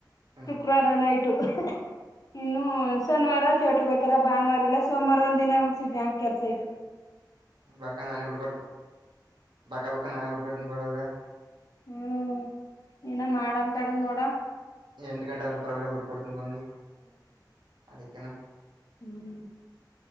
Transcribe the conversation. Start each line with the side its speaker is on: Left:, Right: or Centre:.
Right: ಹ್ಮ್
Left: ಶುಕ್ರವಾರ ನೈಟು
Right: <unintelligible>
Left: ಇನ್ನು ಶನೀವಾರ ಥಿಯೇಟರ್ಗೆ ಹೋತಾರ ಭಾನುವಾರ ಇಲ್ಲಾ ಸೋಮವಾರ ಒಂದ್ ದಿನ ವಸಿ ಬ್ಯಾಂಕ್ ಕೆಲ್ಸ ಆಯ್ತು
Right: ಬಕ ನಾನ ಬುಟಕ ಬಕ ಬಕ ನನ ಬುಡಕಡೆ ನಿಬ <unintelligible>
Left: ಹೂಂ ಏನ ಮಾಡ ಅಂತಡ ನೋಡ
Right: ಎಂಟು ಗಂಟೆ ಆದ್ರೂ ಪರವಾಗಿಗಳ ಬಿಟ್ ಕೊಡ್ತನಿ ಬಂದು ಅದಕ್ಕೇನಾ
Left: ಹೂಂ